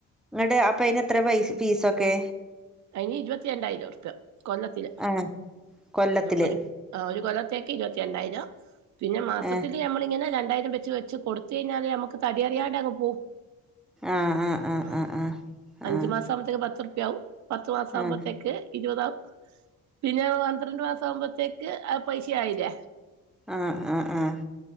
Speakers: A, in the centre; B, on the right.
A: ഇങ്ങട്ട് അപ്പ അയിന് എത്ര പൈസ ഫീസൊക്കെ
B: അതിനി ഇരുപത്തി രണ്ടായിരം ഉറുപ്പിക കൊല്ലത്തി
A: ആഹ് കൊല്ലത്തില്
B: ഒരു ഒരു കൊല്ലത്തേക്ക് ഇരുപത്തി രണ്ടായിരം പിന്നെ മാസത്തി
A: ഏഹ്
B: നമ്മള് ഇങ്ങനെ ര രണ്ടായിരം വെച്ച് വെച്ച് കൊടുത്തു കഴിഞ്ഞാല് നമുക്ക് തടി അറിയാണ്ട്ങ് പോവും
A: ആഹ് ആഹ്
B: ആ
A: ആഹ് ആഹ്
B: അഞ്ചു
A: ആഹ്
B: മാസ ആവുമ്പത്തേക്ക് പത്തുർപ്യയാവും പത്ത് മാസം
A: ആഹ് ആഹ്
B: ആുമ്പോഴത്തേക്ക് ഇരുപതാവും പിന്നെ പന്ത്രണ്ട് മാസം ആവുമ്പോത്തേക്ക് ആ പൈസ ആയില്ല
A: ആഹ് ആ ആ